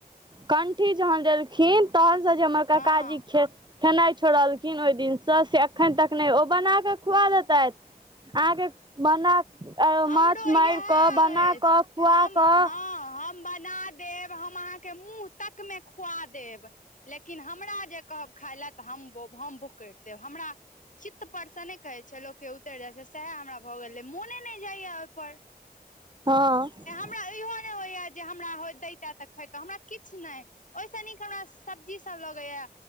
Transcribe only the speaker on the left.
हँ
हमरो
यैहे
अछि,
हम
हँ बना देब हम अहाँके मुँह तक मे खुआ देब लेकिन हमरा जे कहब खाय लै तऽ हम ब हम बोकैर देब हमरा चित्त परसँ नहि कहै छै लोक के उतइर जाइ छै सएहे हमरा भए गेल अइ मोने नहि जाइये ओइपर।
हमरा इहो नहि होइये जे हमरा ओ दैते तऽ खैतौं हमरा किछ नहि ओहिसँ नीक हमरा सब्जी सब लगैये।